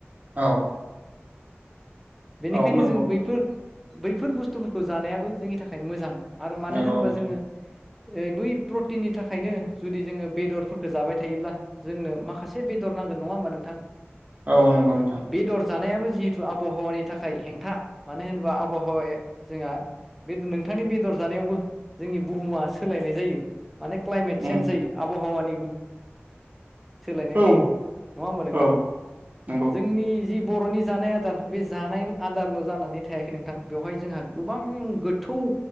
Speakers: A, on the right (about 35°); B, in the centre.
A: औ।
B: बेनिखायनो
A: औ नंगौ
B: जों बैफोर
A: नोंथां
B: बैफोर बुस्थुफोरखौ जानायाबो जोंनि थाखाय मोजां आरो मानो
A: नंगौ
B: होनोबा
A: नोंथां
B: जोङो बै प्रटिननि थाखायनो जुदि जोङो बेदरफोरखौ जाबाय थायोब्ला जोंनो माखासे बेदर ना नांगोनङा होमा नोंथां?
A: औ नंगौ नोंथां।
B: बेदर जानायाबो जिहेथु आबहावानि थाखाय हेंथा मानो होनोबा आबहावाया जोंहा बे नोंथांनि बेदर जानायावबो जोंनि बुहुमा सोलायनाय जायो माने क्लाइमेट चेन्ज
A: उम
B: जायो आबहावानि सोलायनाय
A: औ
B: फैयो नङा होमबा नोंथां
A: औ नंगौ
B: जोंनि जि बर'नि जानाय आदार बे जानाय आदारल' जानानै थायाखै नोंथां बेवहाय जोंहा गोबां गोथौ